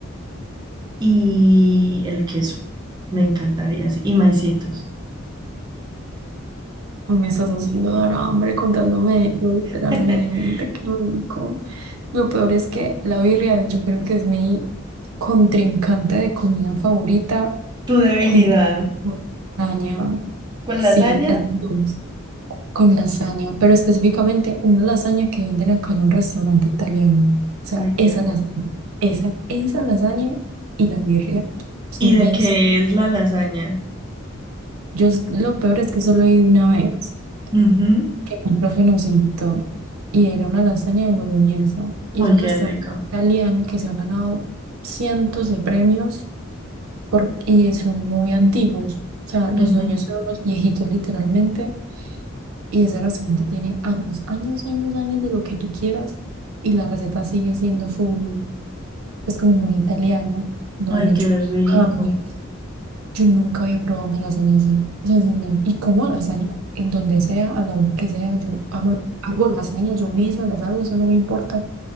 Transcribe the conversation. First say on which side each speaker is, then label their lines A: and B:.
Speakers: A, on the right (about 20°); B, on the right (about 85°).
A: y el queso. Me encantaría así. Y maicitos.
B: Me estás haciendo dar hambre contándome eso, literalmente.
A: <laughs>
B: Qué rico. Lo peor es que la birria yo creo que es mi contrincante de comida favorita
A: Tu debilidad.
B: con lasaña,
A: ¿Con
B: sí,
A: lasaña?
B: es dulce, con lasaña, pero específicamente una lasaña que venden acá en un restaurante italiano. O sea,
A: Ay,
B: esa
A: qué rico.
B: lasaña, esa, esa lasaña y la birria son
A: ¿Y de
B: mis,
A: qué es la lasaña?
B: yo s- lo peor es que solo he ido una vez
A: Ujú.
B: que mi profe nos invitó y era una lasaña de boloñesa y
A: Ay,
B: es un
A: qué
B: restaurante
A: rico.
B: italiano que se ha ganado cientos de premios por, y son muy antiguos. O sea, los
A: Ujú.
B: dueños son unos viejitos literalmente y ese restaurante tiene años, años, años, años de lo que tú quieras y la receta sigue siendo full, es como muy italiana, no
A: Ay,
B: han hecho
A: qué rico.
B: cambios. Yo nunca había probado una lasaña así. O sea, sin men- y como lasaña, en donde sea, a la hora que sea, yo amo, hago lasaña yo misma, las hago, eso no me importa.